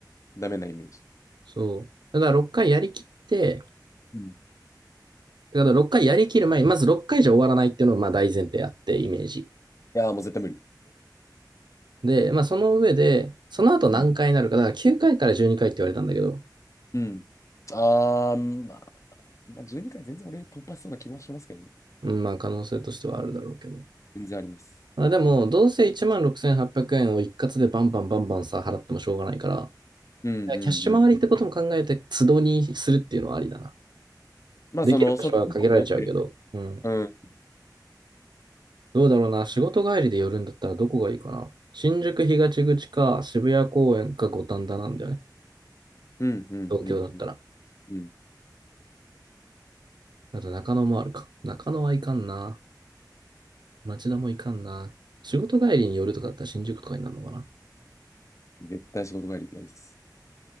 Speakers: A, on the left; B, on the right.
A: ダメなイメージ。
B: そう。ただ6回やりきって、
A: うん。い
B: だから6回やりきる前に、まず6回じゃ終わらないっていうのがまあ大前提あって、イメージ。
A: やー、もう絶対無理。
B: で、まあその上で、その後何回になるか、
A: うん。
B: だから9回かいから12回って言われたんだけど、
A: うん。ああ、まあ、まあ、12回全然俺突破しそうな気もしますけどね。
B: うん、まあ可能性としてはあるだろうけど。
A: 全然あります。
B: まあでも、どうせ16,800円を一括でバンバンバンバンさ、払ってもしょうがないから、
A: うんうんうん。
B: キャッシュ回りってことも考えて、都度にするっていうのはありだな。
A: まあ、
B: できる場所は限られちゃうけど、
A: その、外のことやってる。
B: うん。
A: うん。
B: どうだろうな。仕事帰りで寄るんだったらどこがいいかな。新宿東口か渋谷公園か五反田なんだよね。
A: うんうんうんう
B: 東京だったら。
A: ん。うん。
B: あと中野もあるか。中野はいかんな。町田もいかんな。仕事帰りに寄るとかだったら新宿とかになるのかな。
A: 絶対仕事帰りたいです。